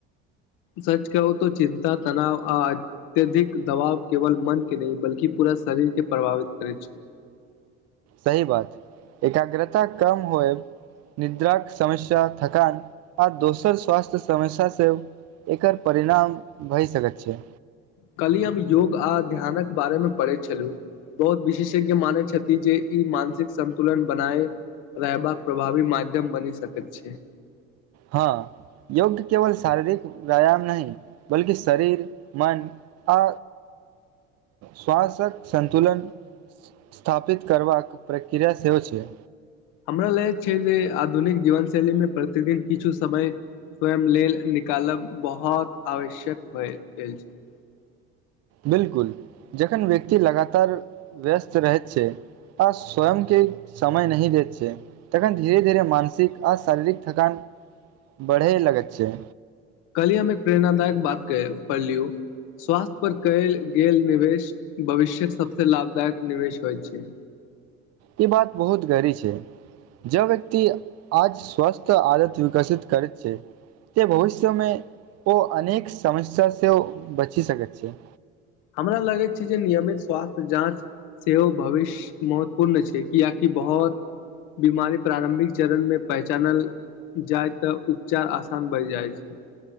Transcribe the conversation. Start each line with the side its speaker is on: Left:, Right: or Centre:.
Left: सच कहू तऽ चिन्ता तनाव आ अत्यधिक दबाव केवल मन के नहि बल्कि पूरा शरीर के प्रभावित करै छै
Right: सही बात छै एकाग्रता कम होए निद्राक समस्या थकान आ दोसर स्वास्थ्य समस्य सेब एकर परिणाम भए सकैत छै
Left: कल्हि हम योग आ ध्यानक बारेमे पढ़ै छलुं बहुत विशेषज्ञ मान छथि जे ई मानसिक संन्तुलन बनाए रहबाक प्रभावी माध्यम बनी सकैत छै
Right: हँ योग केवल शारीरिक व्यायाम नहि बल्कि शरीर मन आ श्वास्यक संन्तुलन स्थापित करबाक प्रक्रिया सेहो छै
Left: हमरा लै छै जे आधुनिक जीवन शैलीमे प्रतिदिन किछु समय स्वयं लेल निकालम बहुत आवश्यक भए भेल छै
Right: बिल्कुल जखन व्यक्ति लगातार व्यस्त रहैत छै आ स्वयं के समय नही दैत छै तखन धीरे धीरे मानसिक आ शारीरिक थकान बढ़े लग छ
Left: कली हममे एक प्रेरणाादायक बात पढ़ लिय स्वास्थ्य पर कयल गेल निवेश भविष्य्यक सबसँ लाभदायक निवेश होइत छ
Right: ई बात बहुत गड़ी छ जब व्यक्ति आज स्वस्थ आदत विकसित करैत छ त भविष्यमे ओ अनेक समस्यासँ ओ बचि सकैत छ
Left: हमरा लगै छै जे नियमित स्वास्थ्य जाँ सेहो भविष्य महत्वपूर्ण छै कियाकि बहु बीमारी प्रारम्भिक चरण मे पहचान जाय तऽ उपचार आसान बढ़ जाइ छ